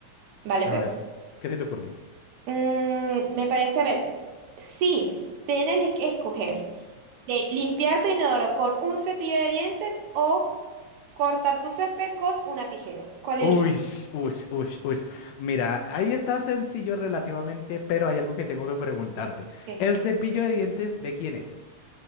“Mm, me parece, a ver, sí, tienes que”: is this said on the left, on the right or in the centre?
Right